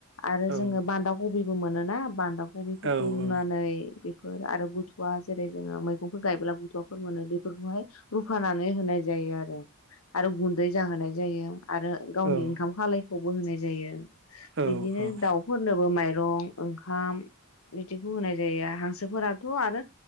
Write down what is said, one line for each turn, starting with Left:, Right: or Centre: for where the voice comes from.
Left: आरो
Right: औ
Left: जोङो बान्दा कबि मोनोना बान्दा कबिफोरखौ
Right: औ
Left: रुनानै बे फोर आरो बुथुवा जेरै जोङो मैगंफोर गायोब्ला बुथुवाफोर मोनो बे फोरखौहाय रुफानानै होनाय जायो आ रो आरो गुन्दै जाहोनाय जायो आरो गावनि
Right: औ औ
Left: ओंखाम खालाय खौबो होनाय जायो।
Right: औ
Left: बिदिनो दाउफोरनोबो माइरं ओंखाम बिदिखौ होनाय जायो हांसोफोराथ' आरो